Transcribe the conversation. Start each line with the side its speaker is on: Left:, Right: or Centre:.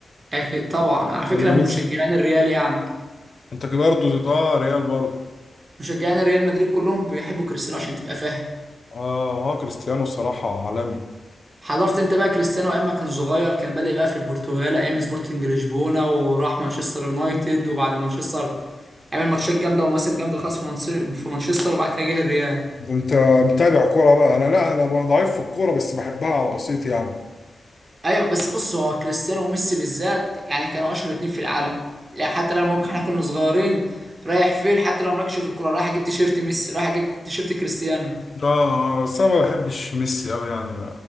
Right: اكيد طبعا على فكرة
Left: ولا
Right: من
Left: ميسي
Right: مشجعين الريال يعني
Left: انت كده برضه اه ريال برضه
Right: مشجعين الريال مدريد كلهم بيحبوا كريستيانو عشان تبقى فاهم
Left: اه هو كريستيانو الصراحه عالمي
Right: حضرت انت بقى كريستيانو ايام ما كان صغير كان بدأ يبقى في البرتغال ايام سبورتنج لشبونة وراح مانشستر يونايتد وبعد مانشستر عمل ماتشات جامدة ومواسم جامدة خاص في منس- في مانشستر وبعد كده جه الريال
Left: ده انت متابع كوره بقى انا لا انا ضعيف في الكوره بس بحبها على بسيط يعني
Right: ايوه بس بص هو كريستيانو وميسي بالذات يعني كانوا اشهر اتنين في العالم لا حتى لما ممكن احنا كنا صغيرين رايح فين حتى لو مالكش في الكوره رايح اجيب تيشيرت ميسي رايح اجيب تيشيرت كريستيانو
Left: لا بس انا ما بحبش ميسي قوي يعني